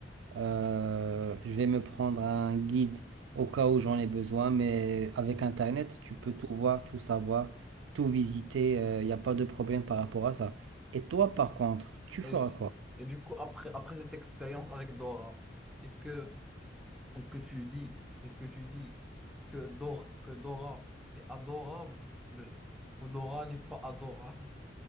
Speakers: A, on the right (about 85°); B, in the centre.
A: Euh, je vais me prendre un guide au cas où j'en ai besoin, mais avec Internet, tu peux tout voir, tout savoir, tout visiter. Il n'y a pas de problème par rapport à ça. Et toi, par contre, tu feras
B: Et, si-
A: quoi?
B: et du coup, après, après cette expérience avec Dora, est-ce que, est-ce que tu dis, est-ce que tu dis que Dora, que Dora est adorable ou Dora n'est pas adorable?